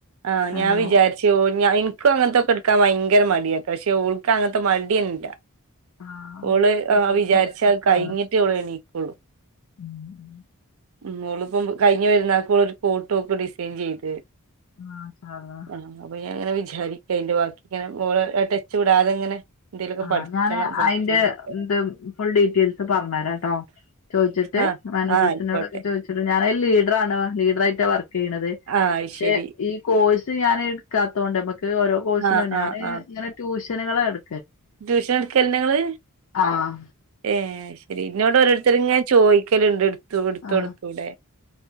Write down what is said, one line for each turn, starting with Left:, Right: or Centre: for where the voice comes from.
Right: ആഹ് ഞാൻ
Left: എന്താ
Right: വിചാരിച്ചു യോ ഇൻക് അങ്ങനത്തെക്കെ എടുക്കാൻ ഭയങ്കര മടിയക്കെ പക്ഷെ ഓൾക്ക് അങ്ങനത്തെ മടിയന്നല്ല
Left: ആഹ്
Right: ഓള്
Left: ചിലർക്കൊരു
Right: ആഹ വിചാരിച്ച
Left: ഇൻട്രസ്റ്റ്
Right: ത് കഴിഞ്ഞിട്ട്
Left: ആണല്ലോ
Right: ഓള് എണീക്കുള്ളു
Left: <unintelligible>
Right: ഉ ഓളിപ്പം കഴിഞ്ഞ പെരുന്നാക് ഒരു കോട്ട് ഒക്ക്‌ ഡിസൈൻ ചെയ്ത്
Left: മാഷാ അല്ലാഹ്
Right: ആഹ് അപ്പൊ ഞാൻ ഇങ്ങനെ വിചാരി കെയിൻറ് വർക്ക് ഇങ്ങെഓ ടച്ചച്ച് വിടാതെ ഇങ്ങനെ എന്തേലൊക്കെ
Left: ആഹ
Right: പഠിച്ചണം
Left: ഞാാന്
Right: പഠിച്ചണംന്നൊക്കെ
Left: അയിന്റെ എന്ത് ഫുൾ ഡീറ്റെയിൽസ് പറഞ്ഞുരാട്ടോ ചോയിച്ചിട്ട്
Right: ആഹ്
Left: മാനേജോടൊക്കെ
Right: ആഹ് ആയിക്കോട്ടെ
Left: ചോദിച്ചി ഞാന ലീഡറാണ് ലീഡർായിട്ട് വർക്ക് ചെയ്യണത്
Right: ആഹ് അത്
Left: പക്ഷെ
Right: ശരി
Left: ഈ കോഴ്സ് ഞാൻ എടുക്കാത്തത് കൊണ്ട് നമ്മക്ക് ഓരോ കോഴ്സിനോ
Right: ആഹ്
Left: ഞാന്
Right: ആഹ് ആഹ്
Left: ഇങ്ങനെ ട്യൂഷനുകളെ എടു
Right: ട്യൂഷൻ എടുക്കല്ണ്ടോങ്ങള്
Left: ആഹ
Right: ഏ ശെരി ഇന്നോട് ഓരോരുത്തരങ്ങനെ ചോദിക്കലുണ്ട് എടുത്തു എടുത്തു
Left: ആഹ്
Right: കൂടെ